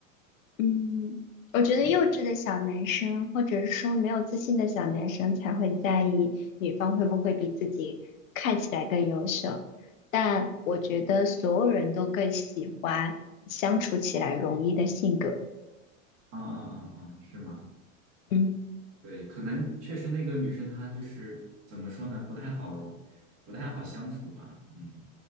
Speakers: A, on the left; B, on the right.
A: 嗯，
B: <laughs>
A: 我觉得幼稚的小男生，
B: 嗯，
A: 或者是说没有自信的小男生，才会在意女方会不会比自己看起来更优秀。但我觉得所有人都更喜欢相处起来容易的性格。
B: 啊啊啊啊，是吗？
A: 嗯
B: 对，可能确实那个女生她就是怎么说呢，不太好，不太好相处吧。嗯，